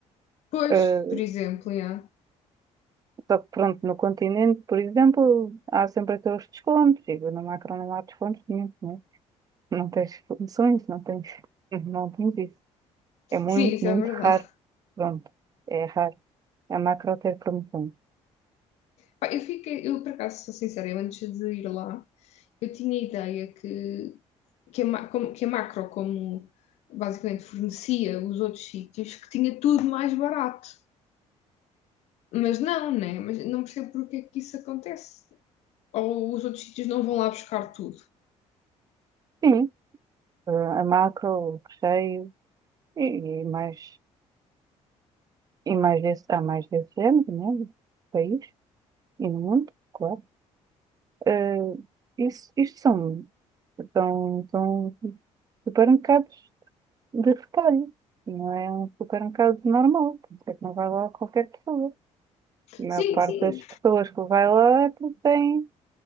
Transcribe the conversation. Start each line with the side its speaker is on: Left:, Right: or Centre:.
Left: Pois,
Right: Eh,
Left: por exemplo, yeah.
Right: só que pronto, no continente, por exemplo, há sempre aqueles descontos. E na macro não há descontos nenhum, né? Não tens promoções, não tens, <laughs> não tens isso. É muito,
Left: Sim, isso
Right: muito
Left: é verdade.
Right: raro. Pronto, é raro. A macro tem promoções.
Left: Pá, eu fiquei, eu por acaso, sou sincera, eu antes de ir lá, eu tinha a ideia que, que, a, Ma- como- que a Macro, como basicamente fornecia os outros sítios, que tinha tudo mais barato. Mas não, né? Mas não percebo porque é que isso acontece. Ou os outros sítios não vão lá buscar tudo.
Right: Sim, eh, a macro, o recheio e, e mais e mais desse, há mais desse género, né? no país e no mundo, claro. Eh, isso, isto são, são, são supermercados de retalho, não é um supermercado normal, portanto é que não vai lá qualquer pessoa. A maior
Left: Sim,
Right: parte
Left: sim.
Right: das pessoas que vai lá é porque tem